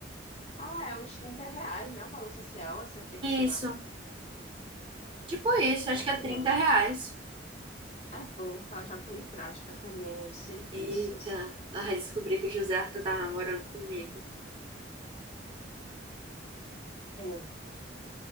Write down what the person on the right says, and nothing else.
Isso,
tipo isso, acho
que
é 30 reais.
Eita, ela vai descobrir que o José Arthur tá namorando comigo.